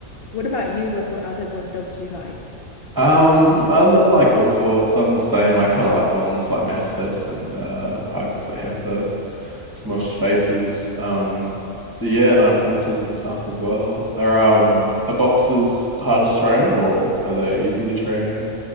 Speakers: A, on the left (about 65°); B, on the right (about 15°).
A: What about you? What what other what are dogs you like?
B: Um, I, I like all sorts. I'm the same. I kind of like the ones like mastiffs and uh pugs that have the smushed faces. Um, but yeah, no pointers and stuff as well. Are um are boxes hard to train or are they easy to train?